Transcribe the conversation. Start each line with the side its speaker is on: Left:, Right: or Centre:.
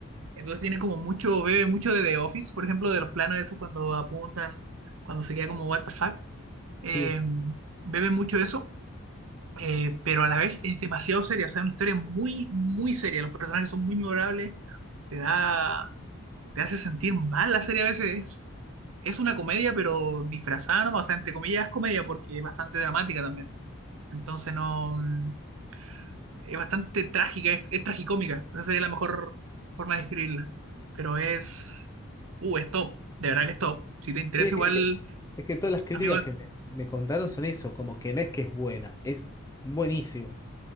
Right: Entonces tiene como mucho, bebe mucho de The Office, por ejemplo, de los planos esos cuando apuntan, cuando se queda como what the fuck. Eh,
Left: Sí,
Right: bebe mucho de eso, eh, pero a la vez es demasiado seria, o sea, es una historia muy, muy seria. Los personajes son muy memorables, te da, te hace sentir mal la serie a veces, es una comedia, pero disfrazada nomás, o sea, entre comillas es comedia porque es bastante dramática también. Entonces no, mm, es bastante trágica, es, es tragicómica, esa sería la mejor forma de describirla. Pero es, uh, es top, de verdad que es top. Si te interesa
Left: sí, es que,
Right: igual,
Left: es que, es que todas las críticas
Right: amigo,
Left: que me, me contaron son eso, como que no es que es buena, es buenísima.